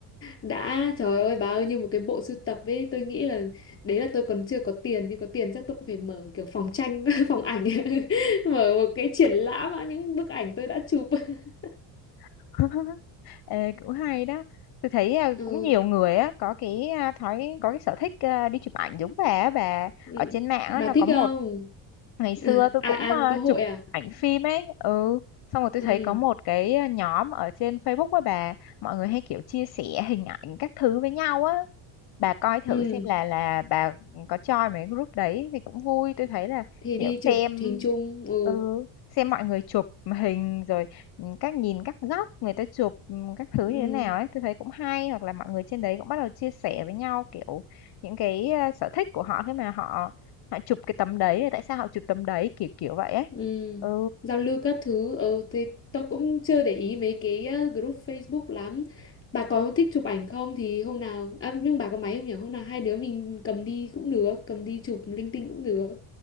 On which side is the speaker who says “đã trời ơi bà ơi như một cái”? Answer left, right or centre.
Left